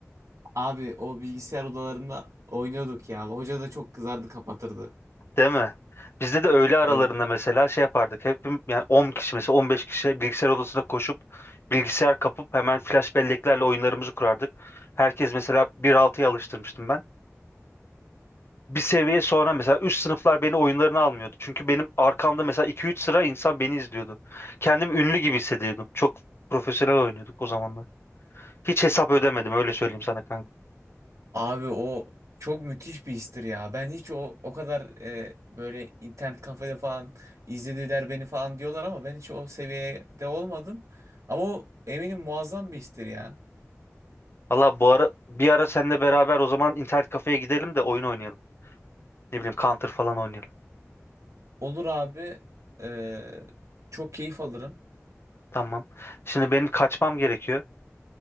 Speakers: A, on the right; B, on the left.
A: Abi o bilgisayar odalarında oynuyorduk ya. Hoca da çok kızardı kapatırdı.
B: Değil mi? Bizde de öğle aralarında
A: Evet.
B: mesela şey yapardık. Hepim yani 10 kişi mesela 15 kişi bilgisayar odasına koşup bilgisayar kapıp hemen flash belleklerle oyunlarımızı kurardık. Herkes mesela 1.6'ya alıştırmıştım ben. Bir seviye sonra mesela üst sınıflar beni oyunlarına almıyordu. Çünkü benim arkamda mesela 2-3 sıra insan beni izliyordu. Kendim ünlü gibi hissediyordum. Çok profesyonel oynuyorduk o zamanlar. Hiç hesap ödemedim öyle söyleyeyim sana kanka.
A: Abi o çok müthiş bir histir ya. Ben hiç o o kadar e, böyle internet kafede falan izlediler beni falan diyorlar ama ben hiç o seviyede olmadım. Ama o eminim muazzam bir histir ya.
B: Valla bu ara bir ara seninle beraber o zaman internet kafeye gidelim de oyun oynayalım. Ne bileyim Counter falan oynayalım.
A: Olur abi. e, çok keyif alırım.
B: Tamam. Şimdi benim kaçmam gerekiyor.